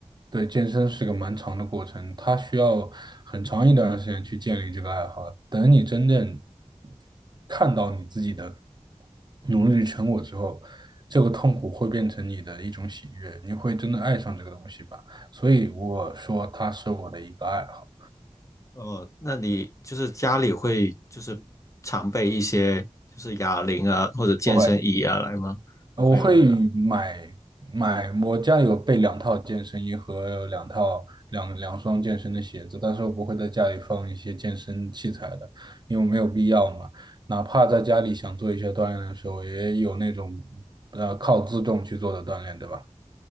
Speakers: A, on the right; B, on the left.
A: 对，健身是个蛮长的过程，它需要很长一段时间去建立这个爱好。等你真正看到你自己的努力的成果之后，这个痛苦会变成你的一种喜悦，你会真的爱上这个东西吧。所以我说它是我的一个爱好。
B: 哦，那你就是家里会就是常备一些就是哑铃啊或者健身椅啊来吗？
A: 不会。
B: 不会吗？
A: 我会买买，我家里有备两套健身衣和两套两两双健身的鞋子，但是我不会在家里放一些健身器材的，因为没有必要嘛。哪怕在家里想做一些锻炼的时候，也有那种呃靠自重去做的锻炼，对吧？